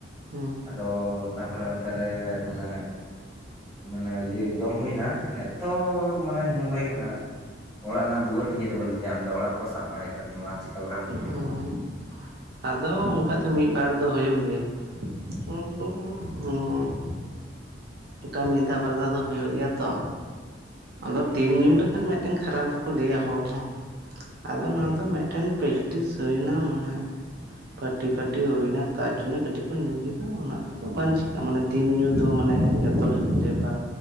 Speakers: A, on the right (about 55°); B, in the centre.
A: ᱦᱩᱸ
B: ᱟᱫᱚ ᱛᱟᱯᱚᱨᱮ ᱚᱱᱛᱮ ᱨᱮ ᱢᱟᱱᱮ ᱢᱟᱱᱮ ᱤᱭᱟᱹ ᱡᱚᱢ ᱦᱩᱭᱮᱱᱟ ᱢᱟᱱᱮ ᱮᱛᱚ ᱢᱟᱱᱮ ᱧᱩ ᱦᱩᱭ ᱟᱠᱟᱱᱟ᱾ ᱚᱲᱟᱜ ᱨᱮᱱᱟᱜ ᱫᱩᱣᱟᱹᱨ ᱯᱤᱡᱟᱹ ᱛᱮ ᱵᱟᱹᱞᱤᱧ ᱧᱟᱢ ᱮᱫᱟ ᱚᱲᱟᱜ ᱨᱮᱠᱚ ᱥᱟᱵ ᱵᱟᱭ ᱟᱠᱟᱫ ᱞᱤᱧᱟᱹ ᱢᱟ ᱪᱮᱫ ᱞᱮᱠᱟᱢ
A: ᱚᱸ
B: ᱵᱩᱡᱷᱟᱹᱣᱟ
A: ᱟᱫᱚ ᱚᱱᱠᱟ ᱫᱚ ᱢᱤᱫ ᱵᱟᱨ ᱫᱚ ᱦᱩᱭᱩᱜ ᱜᱮᱭᱟ᱾
B: ᱦᱩᱸ
A: <unintelligible> ᱚᱱᱠᱟ ᱢᱤᱫ ᱫᱷᱟᱣ ᱵᱟᱨ ᱫᱷᱟᱣ ᱫᱚ ᱦᱩᱭᱩᱜ ᱜᱮᱭᱟ ᱛᱚ, ᱟᱫᱚ ᱫᱤᱱ ᱧᱩ ᱞᱮᱠᱷᱟᱱ ᱢᱤᱫ ᱴᱮᱱ ᱠᱷᱟᱨᱟᱯ ᱦᱚᱸᱠᱚ ᱞᱟᱹᱭᱟ ᱦᱚᱲ ᱦᱚᱸ, ᱟᱫᱚ
B: ᱦᱩᱸ
A: ᱚᱱᱟ ᱫᱚ ᱢᱤᱫ ᱴᱮᱱ ᱯᱮᱠᱴᱤᱥ ᱦᱩᱭᱮᱱᱟ ᱢᱟᱱᱮ, ᱯᱟᱹᱴᱤ ᱯᱷᱟᱴᱤ ᱦᱩᱭᱱᱟ ᱛᱟᱨ ᱡᱚᱱᱱᱮ ᱠᱟᱹᱴᱤᱡ ᱵᱚ ᱧᱩ ᱠᱮᱫᱟ ᱚᱱᱟ ᱛᱮᱫᱚ ᱵᱟᱝ ᱪᱤᱠᱟᱹᱜᱼᱟ᱾ ᱢᱟᱱᱮ ᱫᱤᱱ ᱧᱩ ᱫᱚ ᱢᱟᱱᱮ ᱡᱚᱛᱚ ᱦᱚᱲ ᱜᱮᱠᱚ ᱞᱟᱹᱭᱟ ᱵᱟᱝ